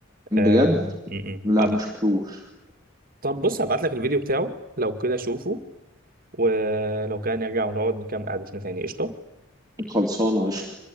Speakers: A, on the right (about 20°); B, on the right (about 45°).
A: بجد
B: آه م- م.
A: لا
B: أب-
A: ما شفتوش
B: طب بص هبعت لك الفيديو بتاعه لو كده شوفه ولو كان نرجع ونقعد نكمل قعدتنا تاني قشطه
A: خلصانة قشطة